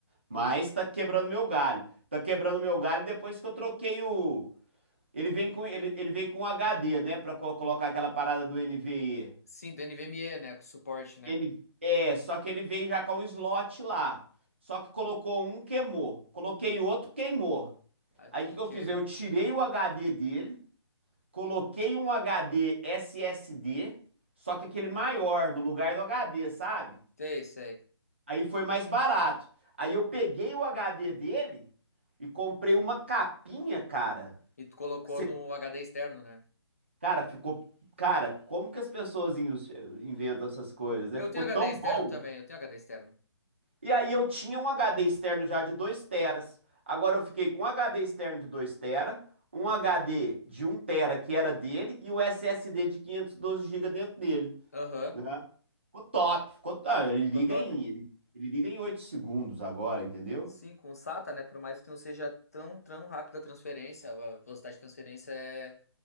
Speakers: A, on the right; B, on the left.
A: Mas tá quebrando meu galho. Tá quebrando meu galho depois que eu troquei o. Ele vem com, ele, ele vem com HD, né? Pra co- colocar aquela parada do NVE.
B: sim, do NVMe, né? Com suporte, né?
A: n é, só que ele veio já com um slot lá. Só que colocou um, queimou. Coloquei outro, queimou.
B: Ah, tudo
A: Aí o que que
B: queima.
A: eu fiz? Eu tirei o HD dele, coloquei um HD SSD, só que aquele maior no lugar do HD, sabe?
B: Sei, sei.
A: Aí foi mais barato. Aí eu peguei o HD dele e comprei uma capinha, cara.
B: E tu colocou
A: Você-
B: no HD externo, né?
A: cara, ficou. Cara, como que as pessoas in- inventam essas coisas, né?
B: Eu
A: Ficou
B: tenho HD
A: tão
B: externo
A: bom.
B: também, eu tenho HD externo.
A: E aí eu tinha um HD externo já de 2 teras. Agora eu fiquei com um HD externo de 2 tera, um HD de um tera que era dele e o SSD de 512 GB dentro dele,
B: Aham.
A: né? Ficou top, ficou top. Ele
B: Ficou
A: liga
B: top.
A: em, ele, ele liga em 8 segundos agora, entendeu?
B: Sim, com o SATA, né? Por mais que não seja tão, tão rápida a transferência, a velocidade de transferência é...